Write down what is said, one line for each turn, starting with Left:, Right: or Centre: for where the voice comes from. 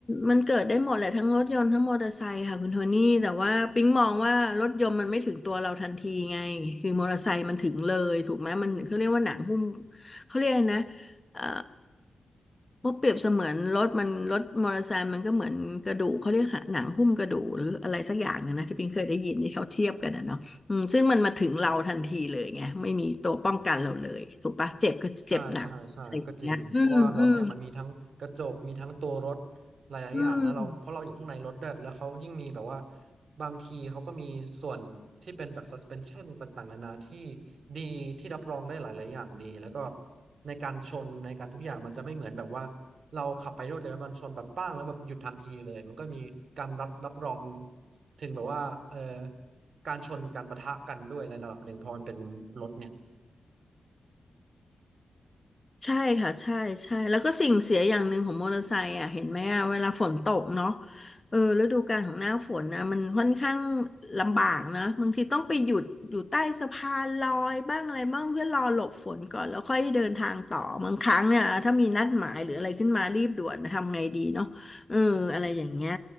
Left: มันเกิดได้หมดแหละทั้งรถยนต์ทั้งมอเตอร์ไซค์ค่ะคุณโทนี่แต่ว่าปิ๊งมองว่ารถยนต์มันไม่ถึงตัวเราทันทีไงคือมอเตอร์ไซค์มันถึงเลยถูกไหมมันเขาเรียกว่าหนังหุ้มเขาเรียกอะไรนะเอ่อเพราะเปรียบเสมือนรถมันรถมอเตอร์ไซค์มันก็เหมือนกระดูกเขาเรียกหนังหุ้มกระดูกหรืออะไรสักอย่างหนึงนะที่ปิ๊งเคยได้ยินที่เขาเทียบกันนะเนาะอืมซึ่งมันมาถึงเราทันทีเลยไงไม่มีตัวป้องกันเราเลยถูกปะเจ็บก็เจ็บหนักอะไรอย่างเงี้ยอืมอืม
Right: ใช่ใช่ใช่ก็จริงเพราะว่ารถเนี่ยมันมีทั้งกระจกมีทั้งตัวรถหลายๆอย่างแล้วเราเพราะเราอยู่ข้างในรถด้วยแล้วเขายิ่งมีแบบว่า
Left: อืม
Right: บางทีเขาก็มีส่วนที่เป็นแบบ suspension ต่างๆนานาที่ดีที่รับรองได้หลายๆอย่างดีแล้วก็ในการชนในการทุกอย่างมันจะไม่เหมือนแบบว่าเราขับไปรวดเร็วแล้วมันชนแบบป้างแล้วแบบหยุดทันทีเลยมันก็มีการรับรับรองถึงแบบว่าเอ่อการชนการปะทะกันด้วยในระดับหนึ่งเพอมันเป็นรถเนี่ย
Left: ใช่ค่ะใช่ใช่แล้วก็สิ่งเสียอย่างหนึ่งของมอเตอร์ไซค์อ่ะเห็นไหมอ่ะเวลาฝนตกเนาะเออฤดูกาลของหน้าฝนนะมันค่อนข้างลำบากนะบางทีต้องไปหยุดอยู่ใต้สะพานลอยบ้างอะไรบ้างเพื่อรอหลบฝนก่อนแล้วค่อยเดินทางต่อบางครั้งเนี่ยถ้ามีนัดหมายหรืออะไรขึ้นมารีบด่วนนะทำไงดีเนาะเอออะไรอย่างเงี้ย